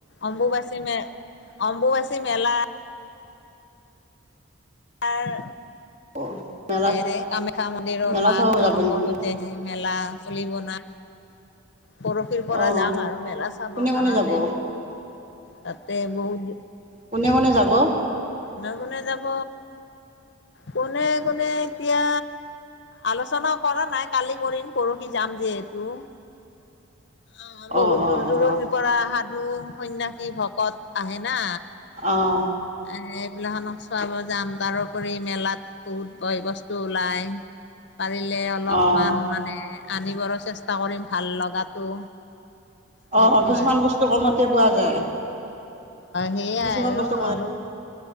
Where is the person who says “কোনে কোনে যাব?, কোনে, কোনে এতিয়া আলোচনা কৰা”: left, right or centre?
Left